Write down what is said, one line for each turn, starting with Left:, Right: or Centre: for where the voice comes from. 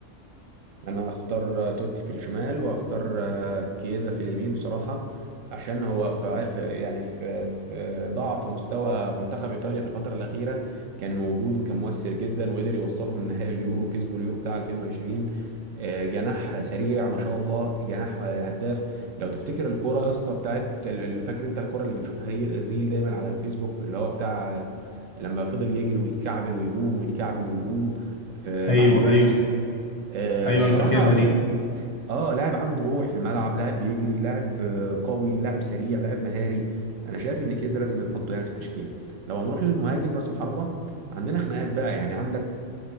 Right: انا هختار آه، توتي في الشمال وهختار آه، كيزا في اليمين بصراحة عشان هو في ع- في- يعني في في ضعف مستوى منتخب ايطاليا في الفترة الأخيرة كان موجود وكان مؤثر جدا وقدر يوصلهم نهائي اليورو وكسبوا اليورو بتاع 2020 آه، جناح سريع ما شاء الله جناح آه، هداف لو تفتكر الكرة يا اسطى بتاعت اللي فاكر انت الكرة اللي بنشوفها هي الريل دايما على الفيسبوك اللي هو بتاع آه، لما فضل يجري ويتكعبل ويقوم ويتكعبل ويقوم في
Left: ايوه
Right: مع يوفنتوس
Left: ايوه
Right: آه،
Left: ايوه
Right: بصراحة
Left: انا فاكرها
Right: ما
Left: دي
Right: في اه لاعب عنده روح في الملعب لاعب بيجري لاعب آه، قوي لاعب سريع لاعب مهاري انا شايف ان كيزا لازم نحطه يعني في التشكيلة لو هنروح للمهاجم راس الحربة عندنا خناقات بقى يعني عندك